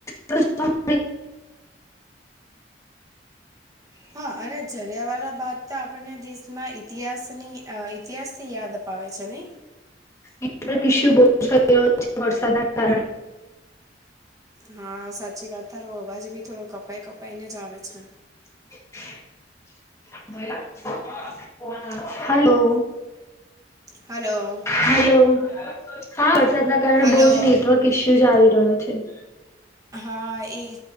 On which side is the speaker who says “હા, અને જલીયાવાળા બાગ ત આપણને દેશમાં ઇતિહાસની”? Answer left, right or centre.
Right